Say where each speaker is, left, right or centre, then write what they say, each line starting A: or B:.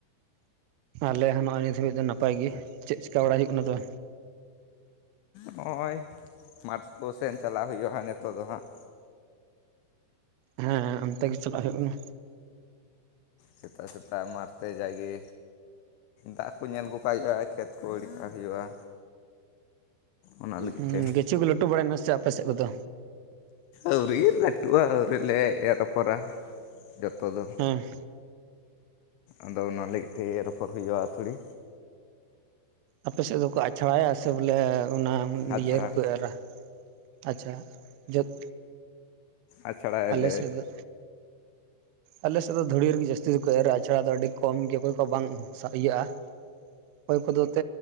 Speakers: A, on the right; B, on the left.
A: ᱟᱞᱮ ᱦᱚᱸ ᱱᱚᱜᱼᱚᱭ ᱱᱤᱛᱚᱜ ᱱᱟᱯᱟᱭ ᱜᱮᱪᱮᱫ ᱪᱤᱠᱟᱹ ᱵᱟᱲᱟ ᱦᱩᱭᱩᱜ ᱠᱟᱱᱟ ᱛᱚᱵᱮ
B: ᱱᱚᱜᱼᱚᱭ ᱢᱟᱴᱷ ᱠᱚ ᱥᱮᱱ ᱪᱟᱞᱟᱜ ᱦᱩᱭᱩᱜᱼᱟ᱾ ᱱᱤᱛᱚᱜ ᱫᱚ ᱦᱟᱸᱜ
A: ᱦᱮᱸ ᱦᱮᱸ ᱚᱱᱛᱮ ᱜᱮ ᱪᱟᱞᱟᱜ ᱦᱩᱭᱩᱜ ᱠᱟᱱᱟ᱾
B: ᱥᱮᱛᱟᱜ ᱥᱮᱛᱟᱜ ᱢᱟᱴᱷ ᱛᱮ ᱡᱟ ᱜᱮ ᱫᱟᱜ ᱠᱚ ᱧᱮᱞ ᱟᱹᱜᱩ ᱠᱟᱜ ᱦᱩᱭᱩᱜᱼᱟ ᱠᱷᱮᱛ ᱠᱚ ᱟᱹᱲ ᱠᱟᱜ ᱦᱩᱭᱩᱜᱼᱟ? ᱚᱱᱟ ᱞᱟᱹᱜᱤᱫ
A: ᱦᱩᱸ
B: ᱛᱮ
A: ᱠᱤᱪᱷᱩ ᱠᱚ ᱞᱟᱹᱴᱩ ᱵᱟᱲᱟᱭ ᱱᱟᱥᱮ ᱟᱯᱮ ᱥᱮᱫ ᱠᱚ ᱫᱚ
B: ᱟᱹᱣᱨᱤ ᱞᱟᱹᱴᱩᱜᱼᱟ ᱟᱹᱣᱨᱤᱞᱮ ᱮᱨ ᱟᱯᱷᱚᱨᱟ ᱡᱚᱛᱚ ᱫᱚ
A: ᱦᱮᱸ
B: ᱟᱫᱚ ᱚᱱᱟ ᱞᱟᱹᱜᱤᱫ ᱛᱮ ᱨᱚᱯᱚᱲ ᱦᱩᱭᱩᱜᱼᱟ, ᱛᱷᱚᱲᱤ
A: ᱟᱯᱮ ᱥᱮᱫ ᱫᱚᱠᱚ ᱟᱪᱷᱟᱲᱟᱭᱟ ᱥᱮ ᱵᱚᱞᱮ ᱚᱱᱟ
B: ᱟᱪᱷᱲᱟ
A: ᱤᱭᱟᱹ ᱨᱮᱠᱚ ᱮᱨᱟ ᱟᱪᱷᱟᱲᱟ ᱡᱚᱛ
B: ᱟᱪᱷᱟᱲᱟᱭᱟ ᱟᱞᱮ
A: ᱥᱮᱫ ᱫᱚ ᱟᱞᱮ ᱥᱮᱫ ᱫᱚ ᱫᱷᱩᱲᱤ ᱨᱮᱜᱮ ᱡᱟᱹᱥᱛᱤ ᱫᱚᱠᱚ ᱮᱨᱼᱟ ᱟᱪᱷᱟᱲᱟ ᱫᱚ ᱟᱹᱰᱤ ᱠᱚᱢ ᱜᱮ ᱚᱠᱚᱭ ᱠᱚ ᱵᱟᱝ ᱤᱭᱟᱹᱜᱼᱟ᱾ ᱚᱠᱚᱭ ᱠᱚᱫᱚ ᱮᱱᱮᱫ